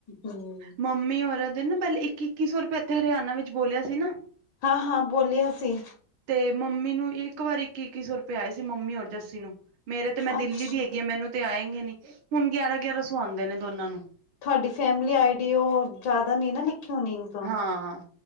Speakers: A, on the left (about 65°); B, on the right (about 75°).
A: ਹਮ
B: ਮੰਮੀ ਰਾਂ ਦੇ ਨਾ ਪਹਿਲੇ ਇੱਕ ਇੱਕੀ ਸੌ ਰੁਪਇ ਇੱਥੇ ਹਰਿਆਣਾ ਵਿੱਚ ਬੋਲਿਆ ਸੀ ਨਾ
A: ਹਾਂ ਹਾਂ ਬੋਲਿਆ ਸੀ
B: ਤੇ ਮੰਮੀ ਨੂੰ ਇੱਕ ਵਾਰੀ ਇੱਕ ਇੱਕੀ ਸੌ ਰੁਪਇਆ ਆਏ ਸੀ ਮੰਮੀ ਔਰ ਜੱਸੀ ਨੂੰ ਮੇਰੇ ਤੇ ਮੈਂ
A: ਅੱਛਾ।
B: ਦਿੱਲੀ ਦੀ ਹੈਗੀ ਆ ਮੈਨੂੰ ਤੇ ਆਏਗੇ ਨੀ ਹੁਣ ਗਿਆਰਾਂ ਗਿਆਰਾਂ ਸੌ ਆਉਂਦੇ ਨੇ ਦੋਨਾਂ ਨੂੰ
A: ਤੁਹਾਡੀ ਫੈਮਿਲੀ ਆਈਡੀ ਉਹ ਜ਼ਿਆਦਾ ਨਹੀਂ ਨਾ ਲਿਖੇ ਹੋਣੀ ਇਨਕਮ
B: ਹਾਂ